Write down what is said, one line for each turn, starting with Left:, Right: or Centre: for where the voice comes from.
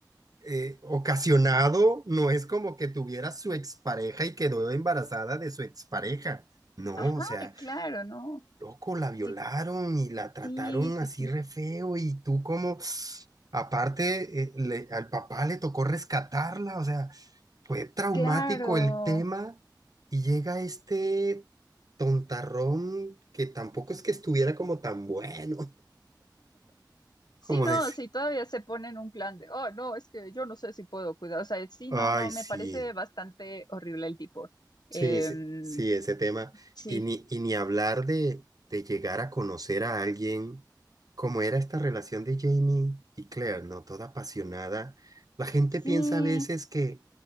Right: eh, ocasionado, no es como que tuviera su expareja y quedó embarazada de su expareja. No,
Left: ajá,
Right: o sea,
Left: claro, no.
Right: loco, la violaron
Left: Sí,
Right: y la trataron
Left: sí, sí,
Right: así
Left: sí,
Right: re feo y tú como, aparte, eh, le- al papá le tocó rescatarla, o sea, fue traumático
Left: claro.
Right: el tema y llega este tontarrón que tampoco es que estuviera como tan bueno,
Left: Sí,
Right: <laughs> como
Left: no,
Right: decir,
Left: si todavía se ponen un plan de, oh, no, es que yo no sé si puedo cuidar. O sea, sí,
Right: ay,
Left: no, no,
Right: sí,
Left: me parece bastante horrible el tipo. Em,
Right: sí, sí, sí, ese tema.
Left: sí,
Right: Y ni, y ni hablar de, de llegar a conocer a alguien, como era esta relación de Jamie y Claire, ¿no? Toda apasionada. La gente
Left: sí,
Right: piensa a veces que,